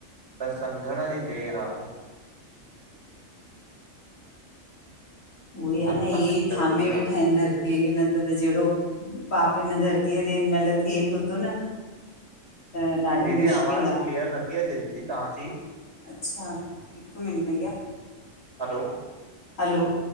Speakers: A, on the right (about 50°); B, on the left (about 75°).
A: त सम्झण जी देर आ।
B: उओई
A: सत्संग
B: आ न, इहेई
A: ज़रूरी
B: थामे
A: आ।
B: वेठा इन धर् न त जेड़हो, पाप हिन धरतीअ ते हिन महिल धरतीअ ते थे पियो तो न त ॾाढो
A: दीदी
B: मुश्किल
A: आवाज़
B: आ।
A: क्लीअर नथी अचे, दीदी तहांजी।
B: अच्छा, हिक मिंट भईया,
A: हलो
B: हलो!